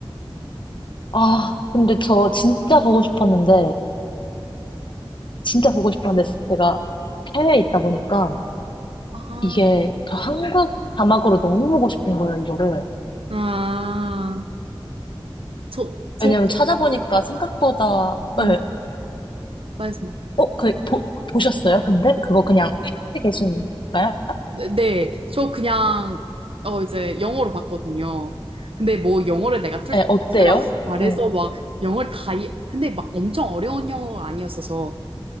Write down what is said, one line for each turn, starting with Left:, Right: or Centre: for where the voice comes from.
Left: 아, 근데 저 진짜 보고 싶었는데, 진짜 보고 싶었는데, 제가 해외에 있다 보니까,
Right: 아,
Left: 이게 저 한국 자막으로 너무 보고 싶은 거예요, 이거를.
Right: 아, 저, 저도,
Left: 왜냐면 찾아보니까 생각보다,
Right: 음,
Left: 예,
Right: 말씀하
Left: 어, 그, 보, 보셨어요? 근데? 그거 그냥 해외에 계신가요?
Right: 네, 네. 저 그냥 어 이제 영어로 봤거든요. 근데 뭐 영어를 내가 툴
Left: 예,
Right: 툴툴하게
Left: 어때요?
Right: 말해서
Left: 어,
Right: 막 영어를 다 이해, 근데 막 엄청 어려운 영어가 아니었어서.